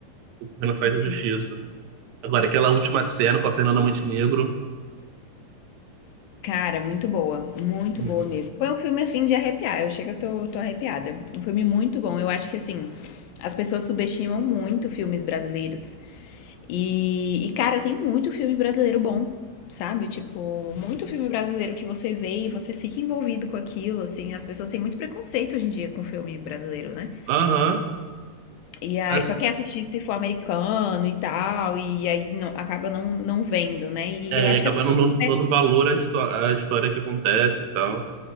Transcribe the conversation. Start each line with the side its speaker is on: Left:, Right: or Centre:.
Right: Ficou correndo atrás da
Left: sim.
Right: justiça. Agora, aquela última cena com a Fernanda Montenegro.
Left: Cara, muito boa, muito
Right: Uhum.
Left: boa mesmo. Foi um filme assim de arrepiar. Eu chego, eu tô, tô arrepiada. Um filme muito bom. Eu acho que assim, as pessoas subestimam muito filmes brasileiros. E, e cara, tem muito filme brasileiro bom, sabe? Tipo, muito filme brasileiro que você vê e você fica envolvido com aquilo, assim. As pessoas têm muito preconceito hoje em dia com filme brasileiro, né?
Right: Aham.
Left: E aí,
Right: As-
Left: só quer assistir se for americano e tal, e aí não, acaba não, não vendo, né? E
Right: é,
Left: eu acho
Right: e acabar
Left: que essas
Right: não
Left: pessoas
Right: dando dando valor à, histó- à história que acontece e tal.